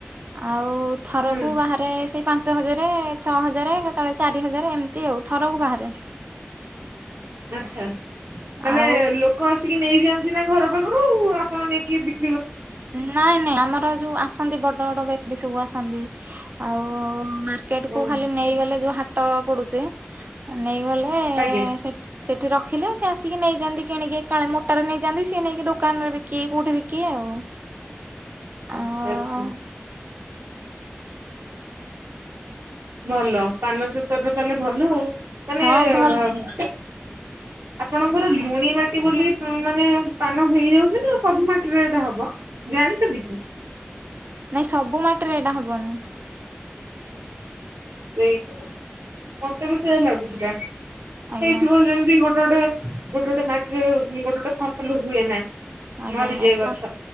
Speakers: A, on the right (about 45°); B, on the right (about 80°).
A: ଆଉ ଥରକୁ
B: ହୁଁ
A: ବାହା ରେ ସେଇ ପାଞ୍ଚ ହଜାରେ, ଛଅ ହଜାରେ କେତେବେଳେ ଚାରି ହଜାର ଏମିତି ଆଉ ଥରକୁ ବାହାରେ।
B: ଆଚ୍ଛା, ମାନେ
A: ଆଉ
B: ଲୋକ ଆସିକି ନେଇଯାଆନ୍ତି ନା ଘର ପାଖରୁ ଆପଣ ନେଇକି ବିକ
A: ନାଇଁ ନାଇଁ ଆମର ଯୋଉ ଆସ ସନ୍ତି ବଡ ବଡ ବେକରି ସବୁ ଆସନ୍ତି। ଆଉ ମାର୍କେଟ୍
B: ହୁଁ
A: କୁ ଖାଲି ନେଇଗଲେ ଯୋଉ ହା ଟ ପଡୁଚି, ନେଇଗଲେ
B: ଆଜ୍ଞା
A: ସେ ସେଠି ରଖିଲେ ସେ ଆସିକି ନେଇଯାଆନ୍ତି କିଣିକି ଏକାଳେ ମୋଟାର ନେଇଯାଆନ୍ତି। ସିଏ ନେଇକି ଦୋକାନ ରେ ବିକିବେ କୋଉଠି ବିକିବେ ଆଉ। ଆଉ
B: ଆଚ୍ଛା, ଆଚ୍ଛା। ଭଲ ପାନ ଚାଷରେ ତାହେଲେ ଭଲ। ତୋମେ
A: ହଁ ଭଲ
B: ଅ, ଆପଣଙ୍କର ଲୁଣି ମାଟି ବୋଲି ପୁ-ମାନେ ପାନ ହେଇଯାଉଛି ନା ସବୁ ମାଟିରେ ଏଟା ହବ? ଜାଣିଛନ୍ତି କି?
A: ନାଇଁ ସବୁ ମାଟିରେ ଏଇଟା ହବନି।
B: ସେଇଟା ଓହୋ, ମୋତେ ବି ସେୟା ଲାଗୁଥିଲା।
A: ଆଜ୍ଞା
B: ହେଇଥିବ ଯେମ ତି ଗୋଟେ ଗୋଟେ ଗୋଟେ ଗୋଟେ ମାଟିରେ ହୁଁ, ଗୋଟେ ଗୋଟେ ଫସଲ ହୁଏ ନା।
A: ଆଜ୍ଞା,
B: ମରିଯାଏ
A: ଏପଟ,
B: ଗଛ।